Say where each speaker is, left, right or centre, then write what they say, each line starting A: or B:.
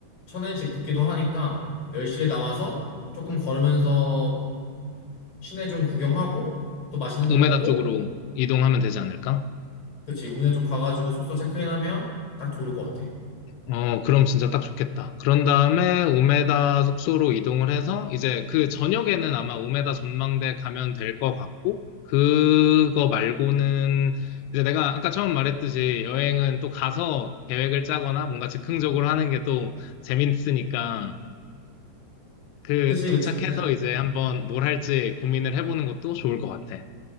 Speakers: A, on the left; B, on the left.
A: 천엔씩 붓기도 하니까 10시에 나와서 조금 걸으면서 시내 좀 구경하고 또 맛있는
B: 우메다
A: 거 먹고
B: 쪽으로 이동하면 되지 않을까?
A: 그치, 우리네 쪽 가가지고 숙소 체크인하면 딱 좋을 것 같아.
B: 어, 그럼 진짜 딱 좋겠다. 그런 다음에 우메다 숙소로 이동을 해서 이제 그 저녁에는 아마 우메다 전망대 가면 될 것 같고, 그거 말고는 이제 내가 아까 처음 말했듯이 여행은 또 가서 계획을 짜거나 뭔가 즉흥적으로 하는 게 또 재밌으니까 그
A: 그치,
B: 도착해서
A: 그치. 그래-
B: 이제 한번 뭘 할지 고민을 해보는 것도 좋을 것 같아.